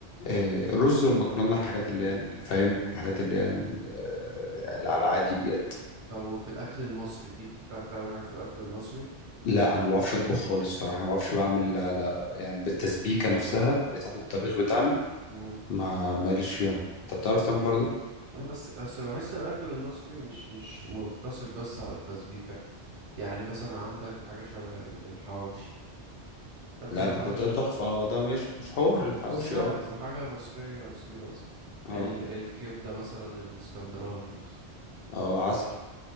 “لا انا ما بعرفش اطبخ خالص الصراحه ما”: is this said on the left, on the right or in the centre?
Left